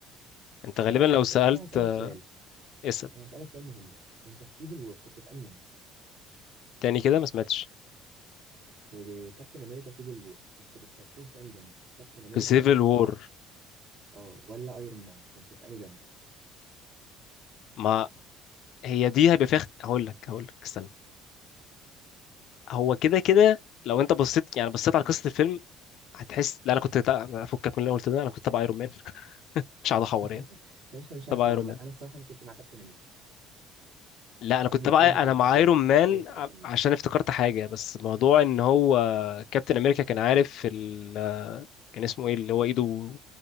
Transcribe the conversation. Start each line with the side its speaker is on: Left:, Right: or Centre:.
Left: انت غالبا
Right: بس
Left: لو سألت
Right: طب انا هسالك
Left: آه،
Right: سؤال
Left: اسأل
Right: انا هسالك سؤال مهم انت في سيفل وور كنت في انهي جنب
Left: تاني كده ما سمعتش
Right: في كابتن امريكا سيفل وور كنت بتسبورت انهي جنب كابتن امريكا
Left: في سيفل
Right: ولا
Left: وور
Right: اه ولا ايرون مان كنت في انهي جنب
Left: ما هي دي هيبقى فيها اخت- هقول لك هقول لك استنى هو كده كده لو انت بصيت يعني بصيت على قصة الفيلم هتحس لا انا كنت تع- افكك من الاول كده انا كنت تبع ايرون مان <laughs> مش هقعد
Right: <laughs>
Left: احور يعني
Right: مش مش هنحور
Left: تبع ايرون
Right: لا
Left: مان
Right: انا الصراحه انا كنت مع كابتن امريكا
Left: لا انا كنت
Right: طول الفيلم
Left: بقى انا
Right: كنت
Left: مع
Right: سب-
Left: ايرون مان
Right: بسبورت
Left: ع-
Right: كابتن امريكا
Left: عشان افتكرت حاجه بس موضوع ان هو كابتن امريكا كان عارف ال... كان اسمه ايه اللي هو ايده